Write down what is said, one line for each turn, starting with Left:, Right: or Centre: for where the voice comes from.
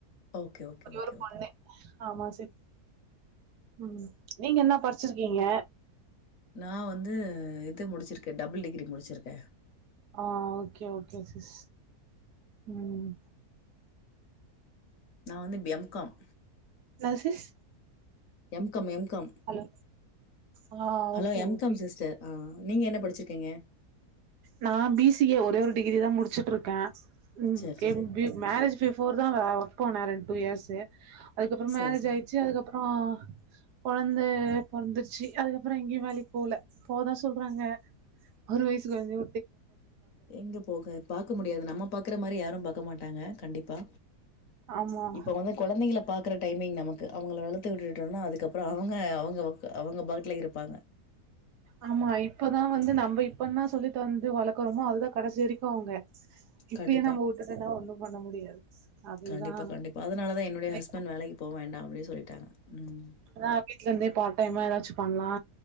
Left: ஓகே ஓகே
Right: ஒரே
Left: ஓகே
Right: ஒரு பொண்ணு
Left: ஓகே
Right: ஆமா ம் நீங்க என்ன படிச்சிருக்கீங்க
Left: நா வந்து இது முடிச்சிருக்கே டபுள் டிகிரி முடிச்சிருக்கே
Right: ஆ ஓகே ஓகே சிஸ் ம்
Left: நா வந்து எம் காம்
Right: என்ன sis
Left: M com M com
Right: hello ஆ
Left: hello
Right: okay
Left: M
Right: okay
Left: com sister ஆ நீங்க என்ன படிச்சிருக்கீங்க
Right: நா பி சி ஏ ஒரே ஒரு டிகிரி தா முடிச்சுட்டு இருக்கே ம்
Left: சரி
Right: கே
Left: சரி
Right: பி மேரேஜ் பிஃபோர் தா வா ஒர்க் போனு ரெண் டூ இயர்ஸ்ஸு அதுக்கப்புறோ
Left: சரி
Right: மேரேஜ்
Left: சரி சரி
Right: ஆயிச்சு அதுக்கப்புறோ கொழந்த பெறந்துருச்சு அதுக்கப்புறோ எங்கயு வேலைக்கு போல போதா சொல்றாங்க ஒரு வயசு கொழந்தையு
Left: எங்க போக பாக்க முடியாது நம்ம பாக்குற மாரி யாரு பாக்க மாட்டாங்க கண்டிப்பா
Right: ஆமா
Left: இப்ப வந்து கொழந்தைங்கள பாக்குற டைமிங் நமக்கு அவங்கள வளத்து விட்டுட்டோனா அதுக்கப்புறோ அவங்க அவங்க அ அவங்க பாட்ல இருப்பாங்க
Right: ஆமா இப்பதா வந்து நம்ப இப்ப என்ன சொல்லி தந்து வளக்குறோமோ அதுதா கடைசி வரைக்கு அவங்க இப்பியே
Left: கண்டிப்பா,
Right: நம்ம வுட்டுடனா ஒண்ணு பண்ண முடியாது அதுதா
Left: கண்டிப்பா, கண்டிப்பா. அதனால தான் என்னுடைய
Right: எ
Left: ஹஸ்பண்ட் வேலைக்கு போ வேண்டாம் அப்டின்னு சொல்லிட்டாங்க ம்.
Right: ஆ வீட்லருந்தே பார்ட் டைமா எதாச்சு பண்லா